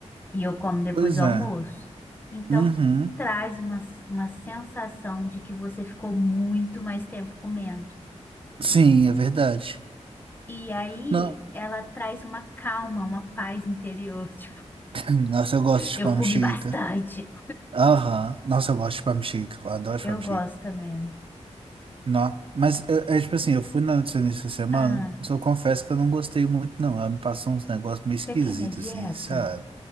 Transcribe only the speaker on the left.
E eu como depois
do
almoço. Então,
traz uma, uma sensação de que você ficou muito mais tempo comendo.
E aí,
ela traz uma calma, uma paz interior. <laughs>
Eu
comi
bastante.
Eu
gosto também.
Ah,
você quer minha dieta?